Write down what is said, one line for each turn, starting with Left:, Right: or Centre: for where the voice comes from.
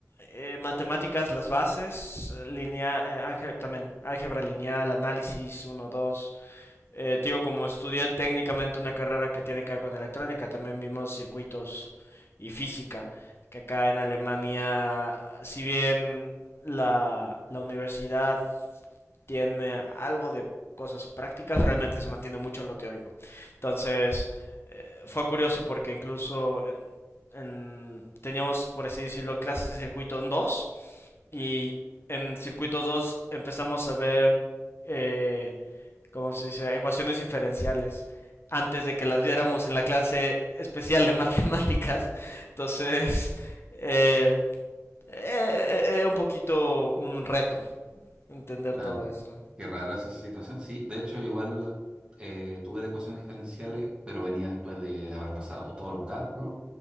Left: eh, matemáticas, las bases, línea, eh, también álgebra lineal, análisis uno 2. Eh, digo, como estudié técnicamente una carrera que tiene que ver con electrónica, también vimos circuitos y física, que acá en Alemania, si bien la, la universidad tiene algo de cosas prácticas, realmente se mantiene mucho en lo teórico. Entonces, eh, fue curioso porque incluso en- en- teníamos, por así decirlo, clases de circuito en 2 y en circuitos 2 empezamos a ver... eh, como se dice, ecuaciones diferenciales antes de que las viéramos en la clase especial de <laughs> matemáticas. Entonces, eh, eh, eh, un poquito un reto entender
Right: Claro.
Left: todo
Right: y
Left: esto.
Right: Qué rara esa situación. Sí, de hecho, yo igual eh, tuve de ecuaciones diferenciales, pero venía después de haber pasado todos los cálculos,